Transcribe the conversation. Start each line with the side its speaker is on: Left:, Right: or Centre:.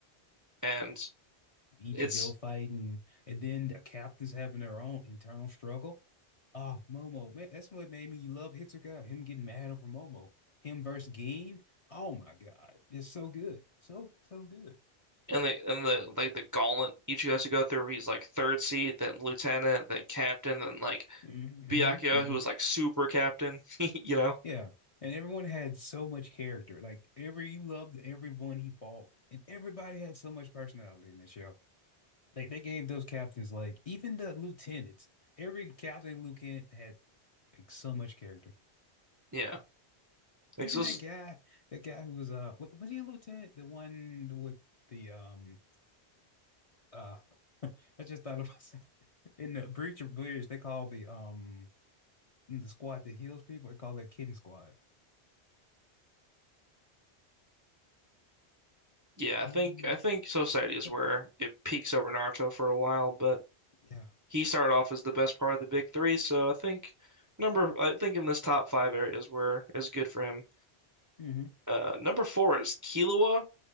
Right: and
Left: Ichigo
Right: it's
Left: fighting, and then the captains having their own internal struggle. Oh, Momo, man, that's what made me love Hitsuga. Him getting mad over Momo, him versus Gin. Oh my God, it's so good, so so good.
Right: And the and the like the gauntlet Ichigo has to go through. He's like third seat, then lieutenant, then captain, then like
Left: Mm-hmm,
Right: Byakuya,
Left: mm-hmm, mm-hmm.
Right: who was like super captain. <laughs> You know?
Left: Yeah. And everyone had so much character. Like every you loved everyone he fought. And everybody had so much personality in that show. Like they gave those captains like even the lieutenants. Every captain and lieutenant had like so much character.
Right: Yeah. Like
Left: Even
Right: so. it's-
Left: that guy, that guy who was uh wa- was he a lieutenant? The one with the um uh <laughs> I just thought of myself. <laughs> In the Breach of Bridge, they call the um the squad that heals people, they call it Kitten Squad.
Right: Yeah,
Left: Um
Right: I think I think Society is
Left: yeah,
Right: where it peaks over Naruto for a while, but
Left: yeah.
Right: he started off as the best part of the big three. So I think number I think in this top five areas where is good for him.
Left: mm-hmm.
Right: Uh, number four is Killua,